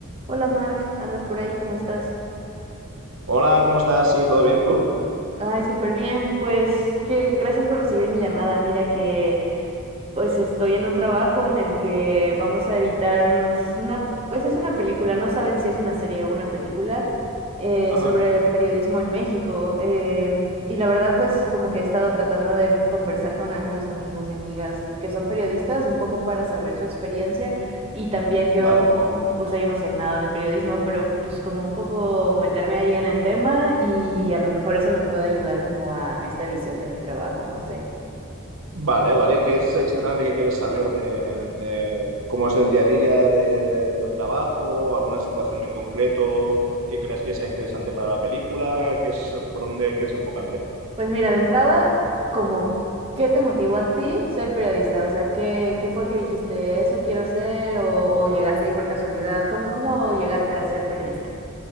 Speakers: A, on the right; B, on the right.
A: Hola Mark, ¿andas por ahí? ¿Cómo estás?
B: Hola, ¿cómo estás? Sí, ¿todo bien tú?
A: Ay, súper bien. Pues que gracias por recibir mi llamada. Mira que pues estoy en un trabajo en el que vamos a editar unos, una, pues es una película, no saben si es una serie o una película eh,
B: Ajá.
A: sobre periodismo en México. em, y la verdad, pues como que he estado tratando de conversar con algunos amigos y amigas que son periodistas, un poco para saber su experiencia. Y también yo,
B: Vale.
A: un- o sea, yo no sé nada de periodismo, pero pues como un poco meterme ahí en el tema y a lo mejor eso me puede ayudar como a esta edición de mi trabajo, no sé.
B: Vale, vale. ¿Y qué es exactamente que quieres saber de, de cómo es el día a día de- del trabajo? ¿Alguna situación en concreto que creas que sea interesante para la película? ¿Qué es por dónde quieres enfocarte?
A: Pues mira, de entrada, como, ¿qué te motivó a ti ser periodista? O sea, ¿qué, qué fue que dijiste, eso quiero ser? ¿O, o llegaste ahí por casualidad? ¿Cómo, cómo llegaste a ser periodista?